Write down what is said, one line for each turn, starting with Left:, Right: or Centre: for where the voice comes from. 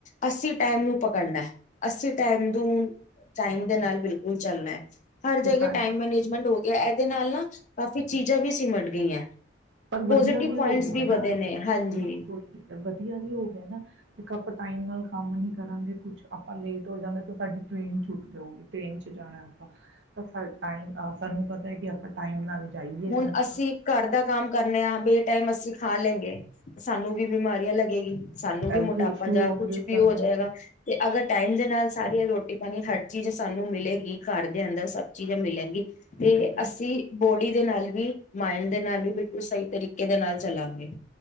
Left: ਅਸੀਂ ਟਾਈਮ ਨੂੰ ਪਕੜਨਾ। ਅੱਸੀ ਟਾਈਮ ਨੂੰ ਟਾਈਮ ਦੇ ਨਾਲ ਬਿਲ ਉਹ ਚੱਲਣਾ ਹੈ। ਹਰ
Right: ਕੀਤਾ
Left: ਜਗ੍ਹੇ ਟਾਈਮ
Right: ਹੈ।
Left: ਮੈਨੇਜਮੈਂਟ ਹੋ। ਗਿਆ ਇਹਦੇ ਨਾਲ ਨਾ ਕਾਫੀ ਚੀਜ਼ਾਂ ਵੀ ਸੀਮਟ ਗਈਆਂ।
Right: ਪਰ
Left: ਪੋਜੀਟਿਵ
Right: ਵਧੀਆ ਵੀ
Left: ਪੁਆਇੰਟਸ
Right: ਹੋ ਗਿਆ ਨਾ।
Left: ਵਧੇ ਨੇ ਹਾਂਜੀ
Right: ਬਿਲਕੁਲ ਵਧੀਆ ਵੀ ਹੋ ਗਿਆ ਨਾ। ਇੱਕ ਆਪਾਂ ਟਾਈਮ ਨਾਲ ਕੰਮ ਨਹੀਂ ਕਰਾਂਗੇ ਕੁਛ ਆਪਾਂ ਲੇਟ ਹੋ ਜਾਂਵਗੇ ਤਾਂ ਸਾਡੀ ਟ੍ਰੇਨ ਛੁੱਟ ਜਾਊਗੀ ਟ੍ਰੇਨ 'ਚ ਜਾਣਾ ਆਪਾਂ ਤਾਂ ਸਾ ਟਾਈਮ ਸਾਨੂੰ ਪਤਾ ਹੈ। ਕਿ ਆਪਾਂ ਟਾਈਮ ਨਾਲ ਜਾਈਏ
Left: ਹੁਣ
Right: ਘਰ
Left: ਅਸੀਂ
Right: ਤੱਕ
Left: ਘਰ ਦਾ ਕੰਮ ਕਰ। ਬ <inaudible> ਟਾਈਮ ਅਸੀਂ ਖਾ ਲੈਂਗੇ। ਸਾਨੂੰ ਵੀ ਬਿਮਾਰੀਆਂ ਲੱਗੇਗੀ। ਸਾਨੂੰ ਵੀ
Right: ਹੈਲਥ
Left: ਮੋਟਾਪਾ
Right: ਇਸ਼ੂ
Left: ਜਾਂ
Right: ਹੋਣਗੇ
Left: ਕੁਛ ਵੀ
Right: ਸਾਨੂੰ
Left: ਹੋ, ਜਾਏਗਾ ਤੇ ਅਗਰ ਟਾਈਮ ਦੇ ਨਾਲ ਸਾਰੀ ਇਹ ਰੋਟੀ ਪਾਣੀ ਹਟ। ਚੀਜ਼ ਸਾਨੂੰ ਮਿਲੇਗੀ ਘਰ ਦੇ ਅੰਦਰ ਸਭ ਚੀਜ਼ ਮਿਲਲੇਗੀ। ਤੇ
Right: ਘਰ
Left: ਅਸੀਂ ਬੋਡੀ। ਨਾਲ ਵੀ ਮਾਇਣ ਦੇ ਨਾਲ ਵੀ ਬਿਲਕੁਲ ਸਹੀ ਤਰੀਕੇ ਦੇ ਨਾਲ ਚਲਾਂਗੇ।